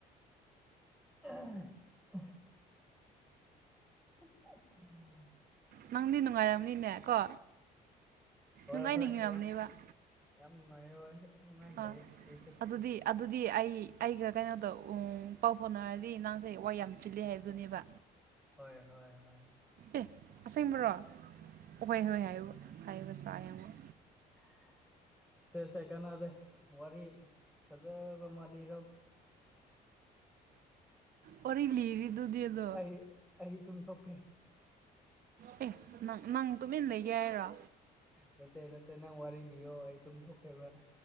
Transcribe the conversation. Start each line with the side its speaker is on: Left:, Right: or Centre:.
Centre: <unintelligible> <unintelligible>
Right: ꯅꯪꯗꯤ ꯅꯨꯡꯉꯥꯏꯔꯝꯅꯤꯅꯦ ꯀꯣ
Centre: ꯍꯣꯏ
Right: ꯅꯨꯡꯉꯥꯏꯅ
Centre: ꯍꯣꯏ
Right: ꯍꯤꯡꯔꯝꯅꯦꯕ
Centre: ꯌꯥꯝ ꯌꯥꯝ ꯅꯨꯡꯉꯥꯏ ꯍꯣꯏ ꯅꯨꯡꯉꯥꯏꯅ ꯂꯩꯌꯦ
Right: ꯑ
Centre: ꯑꯩꯁꯨ
Right: ꯑꯗꯨꯗꯤ ꯑꯗꯨꯗꯤ ꯑꯩ ꯑꯩꯒ ꯀꯩꯅꯣꯗꯣ ꯎ ꯄꯥꯎ ꯐꯥꯎꯅꯔꯗꯤ ꯅꯥꯡꯁꯦ ꯋꯥꯏ ꯌꯥꯝ ꯆꯤꯜꯂꯤ ꯍꯥꯏꯕꯗꯨꯅꯦꯕ
Centre: ꯍꯣꯏ ꯍꯣꯏ ꯍꯣꯢ
Right: ꯑꯦ ꯑꯁꯦꯡꯕꯔꯣ ꯍꯣꯏ ꯍꯣꯏ ꯍꯥꯏꯌꯨ ꯍꯥꯏꯌꯨ ꯁꯥꯢꯑ ꯌꯦꯡꯉꯣ
Centre: ꯍꯥ ꯁꯦ ꯁꯦ ꯀꯅꯥꯗꯦ ꯋꯥꯔꯤ ꯐꯖꯕ ꯃꯥ ꯂꯤꯔꯣ
Right: ꯑꯣꯔꯤ ꯂꯤꯔꯤꯗꯨꯗꯤ ꯑꯗꯣ
Centre: ꯑꯩ ꯑꯩ ꯇꯨꯝꯊꯣꯛꯀꯦ
Right: ꯑꯦ ꯅꯪ ꯅꯪ ꯇꯨꯃꯤꯟ ꯂꯩꯒꯦ ꯍꯥꯏꯔꯣ
Centre: ꯅꯠꯇꯦ ꯅꯠꯇꯦ ꯅꯪ ꯋꯥꯔꯤ ꯂꯤꯌꯣ ꯑꯩ ꯇꯨꯝꯊꯣꯛꯀꯦꯕ